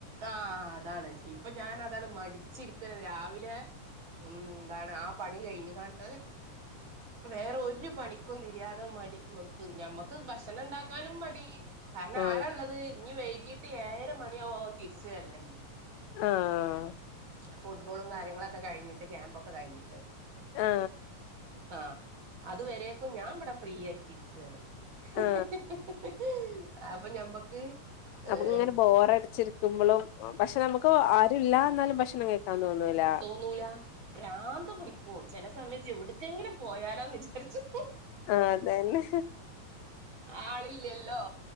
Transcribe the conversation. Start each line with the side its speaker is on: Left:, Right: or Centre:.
Right: ആഹ് അതാണ് ഇപ്പൊ ഞാനതാണ് മടിച്ചിരിക്ക രാവിലെ ഉം എന്താണ് ആ പണി കഴിഞ്ഞ്കാണ്ട്. വേറൊരു പണിക്കും തിര്യാത മടി <unintelligible> ഞമ്മക്ക് ഭക്ഷണംണ്ടാക്കാനും മടി. കാരണം
Left: ആ
Right: ആരാള്ളത് ഇനി വൈകീട്ട് ഏഴര മണിയാവും ഓൻ തിരിച്ചുവര്ണെങ്കി.
Left: ആഹ്.
Right: ഫുട്ബോളും കാര്യങ്ങളൊക്കെ കഴിഞ്ഞിട്ട് ക്യാമ്പൊക്കെ കഴിഞ്ഞിട്ട്.
Left: ആ
Right: ആഹ് അത് വരേക്കും ഞാവിടെ ഫ്രീ ആയിട്ടിരിക്കാണ് ഹ്
Left: ആ
Right: ഹ് ഹ്. അപ്പൊ ഞമ്മക്ക്.
Left: നമുക്ക്
Right: ഏഹ്
Left: ഇങ്ങനെ ബോറടിച്ചിരിക്കുമ്പോളുംപക്ഷെ നമുക്ക് ആരുല്ല എന്നാലും ഭക്ഷണം കയ്ക്കാൻ തോന്നൂല്ല.
Right: തോന്നൂല ഭ്രാന്ത്‌ പിടിക്കും ചിലസമയത്ത് എവിടക്കെങ്കിലുംപോയാലോന്ന് വിചാരിച്ചും.
Left: ആ അതന്നെ
Right: ആളില്ലല്ലോ